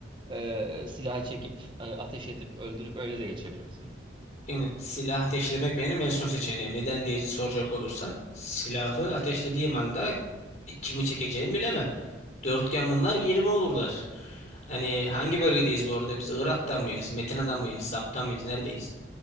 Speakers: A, on the right; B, on the left.
A: e, silah çekip e, ateş edip öldürüp öyle de geçebilirsin.
B: Şimdi silah ateşlemek benim en son seçeneğim. Neden diye soracak olursan silahı ateşlediğim anda kimi çekeceğimi bilemem. Dörtgen bunlar 20 olurlar. Hani hangi bölgedeyiz bu arada? Biz Irak'ta mıyız? Metina'da mıyız? Zap'ta mıyız? Neredeyiz?